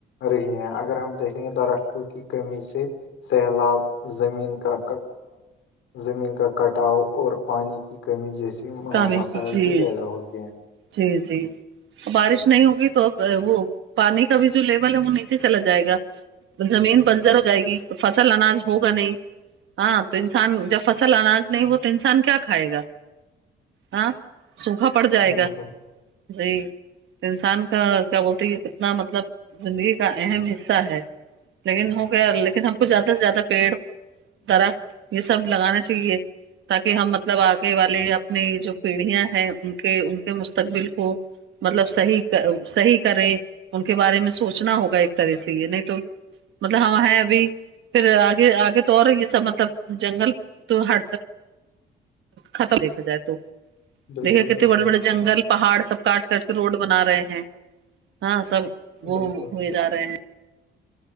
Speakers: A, on the left; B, on the right.
A: رہی ہے اگر ہم دیکھیں درختوں کی کمی سے سیلاب زمین کا زمین کا کٹاؤ اور پانی کی کمی جیسی
B: کام
A: مسائل
B: جی
A: بھی پیدا ہوتے ہیں
B: جی جی بارش نہیں ہوگی تو اب وہ پانی کا بھی جو لیول ہے وہ نیچے چلا جائے گا زمین بنجر ہو جائے گی تو فصل اناج ہوگا نہیں ہاں تو انسان جب فصل اناج نہیں ہو تو انسان کیا کھائے گا ہاں سوکھا پڑ جائے
A: بالکل
B: گا جی تو انسان کا کیا بولتے یہ کتنا مطلب زندگی کا اہم حصہ ہے لیکن ہو گ لیکن ہم کو زیادہ سے زیادہ پیڑ طرخ یہ سب لگانا چاہیے تاکہ ہم مطلب آگے والے یا نے جو پیڑھیاں ہیں ان کے ان کے مستقبل کو مطلب صحیح صحیح کرے ان کے بارے میں سوچنا ہوگا ایک طرح سے یہ نہیں تو مطلب ہم ہے ابھی پھر آگے آگے تو اور یہ سب مطلب جنگل تو ہ خطر دیکھا جائے تو
A: بالکل
B: دیکھے کتنے
A: بالکل
B: بڑے بڑے جنگل پہاڑ سب کاٹ کر کے روڈ بنا رہے ہیں ہاں سب وہ
A: بالکل بالکل
B: ہوئے جا رہے ہیں